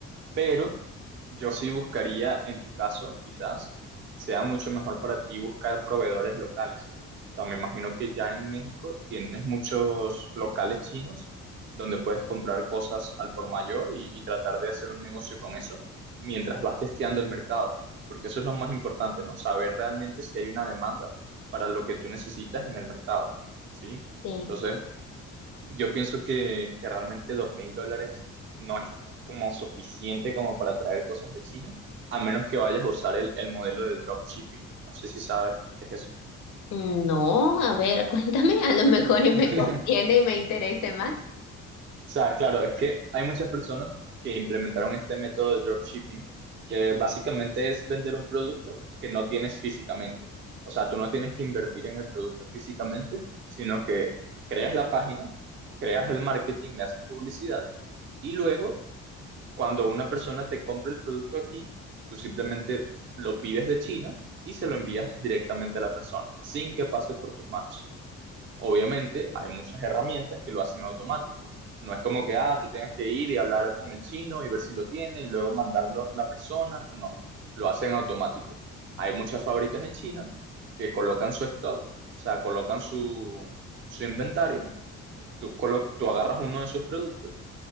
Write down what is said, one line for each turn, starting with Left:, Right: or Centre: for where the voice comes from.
Right: Pero yo sí buscaría, en tu caso, quizás sea mucho mejor para ti buscar proveedores locales. O sea, me imagino que ya en México tienes muchos locales chinos donde puedes comprar cosas al por mayor y, y tratar de hacer un negocio con eso mientras vas testeando el mercado. Porque eso es lo más importante, ¿no? Saber realmente si hay una demanda para lo que tú necesitas en el mercado, ¿sí?
Left: Sí.
Right: Entonces, yo pienso que, que realmente dos mil dólares no es como suficiente como para traer cosas de China, a menos que vayas a usar el, el modelo de dropshipping. No sé si sabes qué es eso.
Left: No, a ver, <laughs> cuéntame, a lo mejor y me
Right: <laughs>
Left: conviene y me interese más.
Right: O sea, claro, es que hay muchas personas que implementaron este método de dropshipping, que básicamente es vender un producto que no tienes físicamente. O sea, tú no tienes que invertir en el producto físicamente, sino que creas la página, creas el marketing, le haces publicidad y luego Cuando una persona te compra el producto a ti, tú simplemente lo pides de China y se lo envías directamente a la persona, sin que pase por tus manos. Obviamente, hay muchas herramientas que lo hacen automático. No es como que, ah, tú tengas que ir y hablar con el chino y ver si lo tiene y luego mandarlo a la persona. No, lo hacen automático. Hay muchas fábricas en China que colocan su stock, o sea, colocan su, su inventario. Tú, colo- tú agarras uno de sus productos